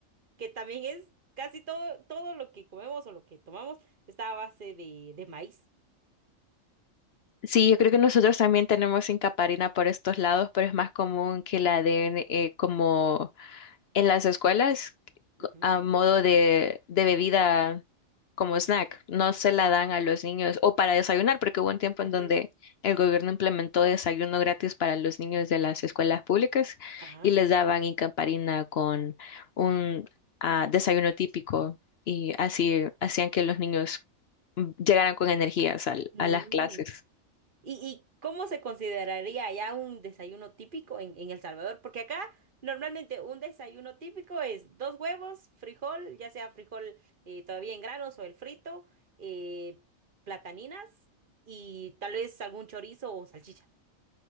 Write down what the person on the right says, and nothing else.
que también es casi todo, todo lo que comemos o lo que tomamos está a base de, de maíz.
Ujú,
ujú.
Ajá.
Mm.
¿Y, y cómo se consideraría ya un desayuno típico en, en El Salvador? Porque acá normalmente un desayuno típico es dos huevos, frijol, ya sea frijol eh, todavía en granos o el frito, eh, plataninas y tal vez algún chorizo o salchicha.